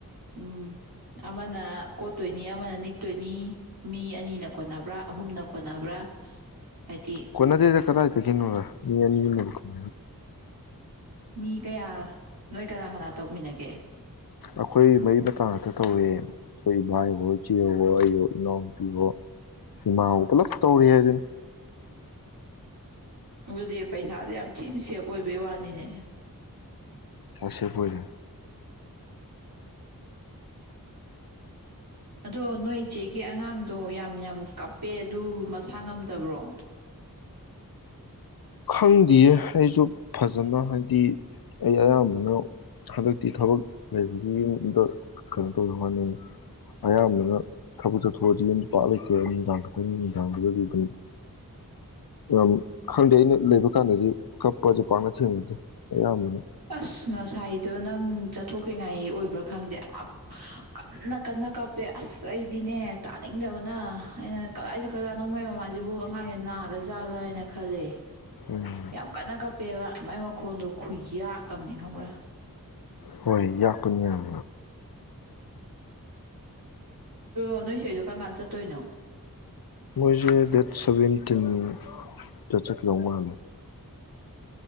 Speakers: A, on the right; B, on the left.
A: ꯎꯝ ꯑꯃꯅ ꯀꯣꯠꯇꯣꯏꯅꯤ ꯑꯃꯅ ꯅꯤꯛꯇꯣꯏꯅꯤ ꯃꯤ ꯑꯅꯤꯅ ꯀꯣꯟꯅꯕ꯭ꯔꯥ ꯑꯍꯨꯝꯅ ꯀꯣꯟꯅꯕ꯭ꯔꯥ ꯍꯥꯏꯗꯤ
B: ꯀꯅꯥꯗꯤ ꯀꯔꯥꯏꯦ ꯀꯣ ꯃꯤ ꯌꯥꯅꯤꯅꯕ ꯀꯥꯏ
A: ꯃꯤ ꯀꯌꯥ ꯅꯣꯏ ꯀꯅꯥ ꯀꯅꯥ ꯇꯧꯃꯤꯟꯅꯒꯦ
B: ꯑꯩꯈꯣꯏ ꯃꯔꯤ ꯃꯇꯥꯡ ꯉꯥꯛꯇ ꯇꯧꯋꯦ ꯑꯩꯈꯣꯏ ꯏꯕꯥ ꯏꯍꯣ ꯏꯆꯦ ꯍꯍꯣ ꯑꯩꯍꯣ ꯏꯅꯥꯎꯅꯨꯄꯤꯍꯣ ꯏꯃꯥ ꯍꯣ ꯄꯨꯂꯞ ꯇꯧꯔꯤ ꯍꯥꯏꯗꯨꯅꯤ
A: ꯑꯗꯨꯗꯤ ꯄꯩꯁꯥꯗꯤ ꯌꯥꯝ ꯊꯤꯅ ꯁꯦꯞ ꯑꯣꯏꯕꯩ ꯋꯥꯅꯤꯅꯦ
B: ꯁꯦ ꯐꯔꯦ
A: ꯑꯗꯣ ꯅꯣꯏ ꯏꯆꯦꯒꯤ ꯑꯉꯥꯡꯗꯣ ꯌꯥꯝ ꯌꯥꯝ ꯀꯞꯄꯦ ꯑꯗꯨ ꯃꯁꯥ ꯉꯝꯗꯕ꯭ꯔꯣ
B: ꯈꯪꯗꯦꯌꯦ ꯑꯩꯁꯨ ꯐꯖꯅ ꯍꯥꯏꯗꯤ ꯑꯩ ꯑꯌꯥꯝꯕꯅ ꯍꯟꯗꯛꯇꯤ ꯊꯕꯛ ꯂꯩꯕꯒꯤ ꯌꯨꯝꯗ ꯀꯩꯅꯣ ꯇꯧꯗꯦ ꯍꯠꯅ ꯑꯌꯥꯝꯕꯅ ꯊꯕꯛ ꯆꯠꯊꯣꯛꯑꯗꯤ ꯌ ꯄꯥꯛ ꯂꯩꯇꯦ ꯅꯨꯡꯗꯥꯡ ꯈꯛꯇꯪꯅꯤ ꯅꯨꯡꯗꯥꯡꯗꯨꯗꯗꯤ ꯑꯗꯨꯝ ꯌꯥꯝ ꯈꯪꯗꯦ ꯑꯩꯅ ꯂꯩꯕ ꯀꯥꯟꯗꯗꯤ ꯀꯞꯄꯁꯦ ꯄꯥꯛꯅ ꯊꯦꯡꯅꯗꯦ ꯑꯌꯥꯝꯕꯅ
A: ꯑꯁ ꯉꯁꯥꯏꯗꯣ ꯅꯪ ꯆꯠꯊꯣꯛ꯭ꯔꯤꯉꯥꯏ ꯑꯣꯏꯕ꯭ꯔꯥ ꯈꯪꯗꯦ ꯀꯟꯅ ꯀꯟꯅ ꯀꯞꯄꯦ ꯑꯁ ꯑꯩꯗꯤꯅꯦ ꯇꯥꯅꯤꯡꯗꯕꯅ ꯑꯩꯅ ꯀꯗꯥꯏ ꯆꯠꯈ꯭ꯔꯖꯥꯠꯅꯣꯃꯩ ꯃꯃꯥꯁꯤꯕꯨ ꯑꯉꯥꯡꯁꯦ ꯅꯥꯔꯖꯥꯠꯂ ꯍꯥꯏꯅ ꯈꯜꯂꯦ
B: ꯎꯝ
A: ꯌꯥꯝ ꯀꯟꯅ ꯀꯥꯞꯄꯦꯕ ꯃꯥꯏ ꯃꯈꯣꯟꯗꯣ ꯈꯨꯌꯥꯛꯑꯅꯤ ꯈꯪꯕ꯭ꯔꯥ
B: ꯍꯣꯏ ꯌꯥꯥꯛꯄꯅꯤ ꯌꯥꯝ
A: ꯑ ꯅꯣꯏꯁꯦ ꯑꯩꯁꯨ ꯀꯔꯀꯥꯟ ꯆꯠꯇꯣꯏꯅꯣ
B: ꯃꯣꯏꯁꯦ ꯗꯦꯠ ꯁꯚꯦꯟꯇꯤꯟ ꯗ ꯆꯠ ꯂ ꯃꯥꯜꯂꯦ